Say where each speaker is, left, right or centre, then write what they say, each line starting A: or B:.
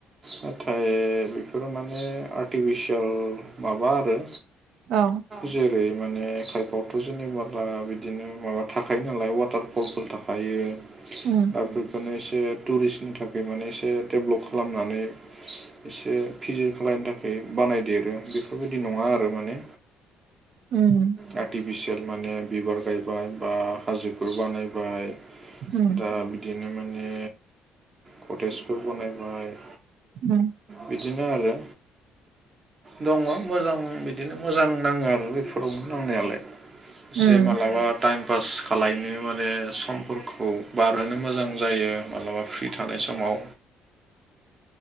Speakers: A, on the right; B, on the right.
A: नाथाय बेफोरो माने आर्टिफिसियेल माबा आरो
B: औ
A: जेरै माने खायफ फ्रावथ' जेनेबाला बिदिनो माबा थाखायो नालाय वाटारफलफोर थाखायो
B: उम
A: दा फोरखौनो एसे टुरिस्टनि थाखाय माने एसे डेभलप खालामनानै एसे फिजि खालायनो थाखाय बानायदेरो बेफोरबायदि नङा आरो माने
B: उम
A: आर्टिफिसियेल माने बिबार गायबाय बा हाजोफोर बानायबाय
B: उम
A: दा बिदिनो माने कटेजफोर बानायबाय
B: उ
A: बिदिनो आरो दङ मोजां बिदिनो मोजां नाङो आरो बेफोरावनो नांनायालाय एसे
B: उम
A: मालाबा टाइम पास खालायनो माने समफोरखौ बारहोनो मोजां जायो मालाबा फ्रि थानाय समाव